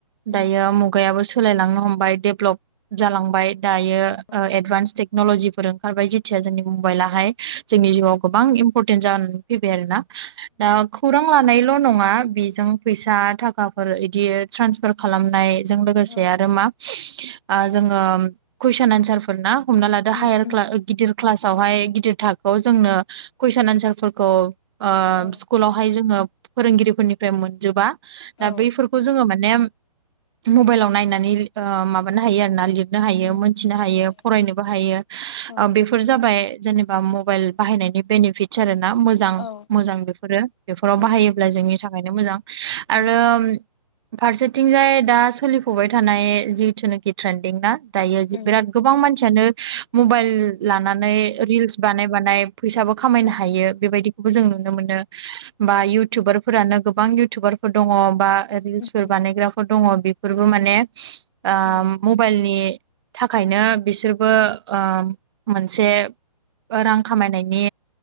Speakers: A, on the left; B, on the right.
A: उम
B: दायो मुग गायाबो सोलायलांनो हमबाय डेभलप जालांबाय दायो
A: औ उम
B: ओ एडभान्स टेक्नलजिफोर ओंखारबाय जेथिया जोंनि मबाइलाहाय जोंनि जिउआव गोबां इम्परटेन्ट जानानै फैबाय आरोना दा खौरां लानायल' नङा बिजों फैसा थाखाफोर इदि ट्रान्सफार खालामनाय बे जों लोगोसे
A: औ
B: आरो मा आ जोङो कुइसन एनसार फोर ना हमना लादो
A: उम
B: हायार
A: उम
B: ख्ला गिदिर क्लासावहाय गिदिर थाखोआव जोंनो कुइसन एनसारफोरखौ ओ
A: औ
B: स्कुलावहाय जोङो फोरोंगिरिफोरनिफ्राय मोनजोबा दा
A: औ
B: बैफोरखौ जोङो माने मबाइलाव नायनानै ओ माबानो हायो आरो ना लिरनो हायो
A: उम
B: मोनथिनो
A: लिरनाय
B: हायो फरायनोबो हायो
A: औ
B: ओ बेफोर जाबाय जेनेबा मबाइल बाहायनायनि बेनिफिटस आरोना मोज मोजां
A: औ
B: मोजां बेफोरो बेफोराव
A: उम
B: बाहायोब्ला जोंनि थाखायनो मोजां
A: उम
B: आरो फारसेथिंजाय दा सोलिफबाय थानाय जिथुनाखि ट्रेन्दिं ना दायो
A: उम औ उम
B: बिराद गोबां मानसि मानसियानो मबाइल लानानै रिल्स बानाय बानाय फैसाबो खामायनो
A: औ
B: हायो बेबायदि खौबो जों नुनो मोनो बा
A: उम
B: इउटुबार फोरानो गोबां इउथुबारफोर दङ बा रिल्सफोर
A: उम औ उम उम
B: बानायग्राफोर दङ बेफोरबो माने ओ
A: औ उम औ
B: मबाइलनि थाखायनो बिसोरबो ओ मोनसे ओ रां खामायनायनि